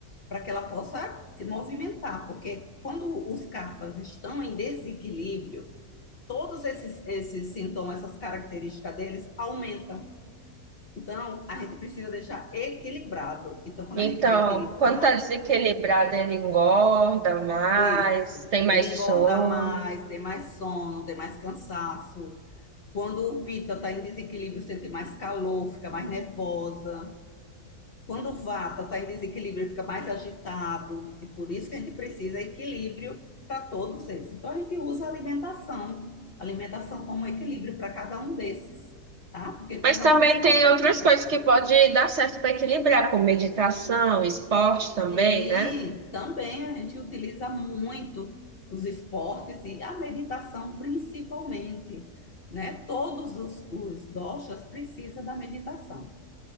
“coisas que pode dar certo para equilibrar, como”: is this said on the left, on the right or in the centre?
Right